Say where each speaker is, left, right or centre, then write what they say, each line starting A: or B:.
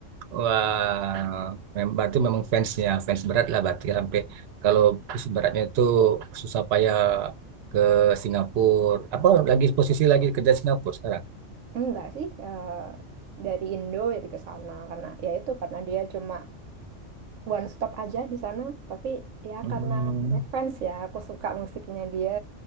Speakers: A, on the right; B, on the right.
A: Wah, mem- berarti memang fansnya fans berat lah berarti ya, sampai kalau fans beratnya itu susah payah ke Singapura. Apa lagi posisi lagi kerja Singapura sekarang?
B: <laughs> enggak sih. eh, dari Indo jadi ke sana karena ya itu karena dia cuma one stop aja di sana tapi ya
A: Hmm,
B: karena ngefans ya aku suka musiknya dia